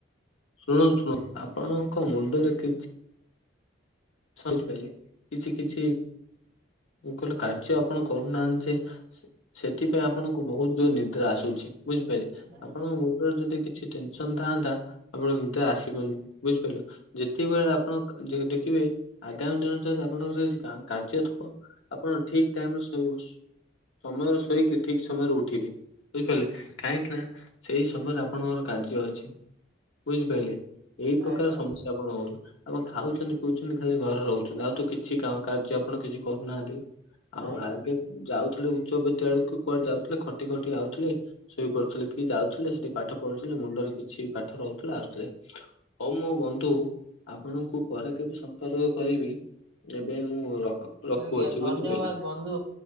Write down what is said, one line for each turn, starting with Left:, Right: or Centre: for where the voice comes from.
Left: ଶୁଣନ୍ତୁ ଶୁଣନ୍ତୁ, ଆପଣଙ୍କ ମୁଣ୍ଡରେ କି <unintelligible> କିଛି କିଛି କହିଲ କାର୍ଯ୍ୟ ଆପଣ କରୁନାହାନ୍ତି ଯେ ସେଥିପାଇଁ ଆପଣଙ୍କୁ ବହୁତ ଜୋର ନିଦ୍ରା ଆସୁଛି। ବୁଝିପାରିଲେ
Right: ଆଚ୍ଛା
Left: ଆପଣ ଯଦି କିଛି ଟେନସନ ଥାନ୍ତା ଆପଣ ନିଦ ଆସିବନି ବୁଝିପାରିଲ? ଯେତକିବେଳେ ଆପଣ ଦେଖିବେ ଆଗାମୀ ଦିନ ଯଦି ଆପଣଙ୍କର କି କା କାର୍ଯ୍ୟଥିବ ଆପଣ ଠିକ ଟାଇମରେ ସୋ ସ ସମୟରେ ଶୋଇକି ଠିକ ସମୟରେ ଉଠିବେ। ବୁଝିପାରିଲେ କାହିଁକି ନା ସେଇ ସମୟରେ ଆପଣଙ୍କୋର କାର୍ଯ୍ୟ ଅଛି ବୁଝିପାରିଲେ? ଏଇ ପ୍ରକାର
Right: ଆଜ୍ଞା
Left: ସମସ୍ୟା ଆପଣହଉଚି। ଆପଣ ଖାଉଚନ୍ତି ପିଉଚନ୍ତି ଖଲି ଘରେ ରହୁଚନ୍ତି ଆଉ ତ କିଛି କା କାର୍ଯ୍ୟ ଆପଣ କିଛି କରୁନାହାନ୍ତି। ଆଉ
Right: ଆଜ୍ଞା।
Left: ଆଗେ ଯାଉଥିଲେ ଉଚ୍ଚ ବିଦ୍ୟାଳୟକୁ କୁଆଡେ ଯାଉଥିଲେ? ଖଟି ଖଟି ଆଉଥିଲେ ଶୋଇ ପଡ଼ୁଥିଲେ। କି ଯାଉଥିଲେ ସେଠି ପାଠ ପଢୁଥିଲେ ମୁଣ୍ଡରେ କିଛି ପାଠ ରହୁଥିଲା ଆସୁଥିଲେ। ହଉ ମୋ ବନ୍ଧୁ ଆପଣଙ୍କୁ ପରେ କେବେ ସମ ସମ୍ପର୍କ କରିବି ଏବେ ମୁଁ ରଖ ରଖୁଅଛି
Right: ଆଜ୍ଞା। ଧନ୍ୟବାଦ
Left: ବୁଝିପାରିଲେ।
Right: ବନ୍ଧୁ